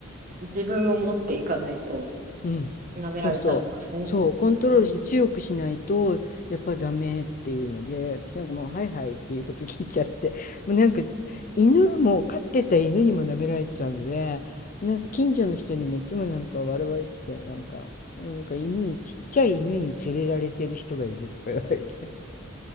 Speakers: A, on the right (about 40°); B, on the left (about 40°).
A: う、自分を持っていかないと、
B: うん。
A: 舐められちゃいますね。
B: そうそう。そう。コントロールして強くしないと、
A: うん。い
B: やっぱダメっていうので、私なんかもう、はいはいっていうこと聞いちゃって、<laughs> もうなんか、犬も、飼ってた犬にも舐められてたので、なんか近所の人にめっちゃもなんか笑われてて、なんか、なんか犬に、ちっちゃい犬に連れられてる人がいるとか言われて。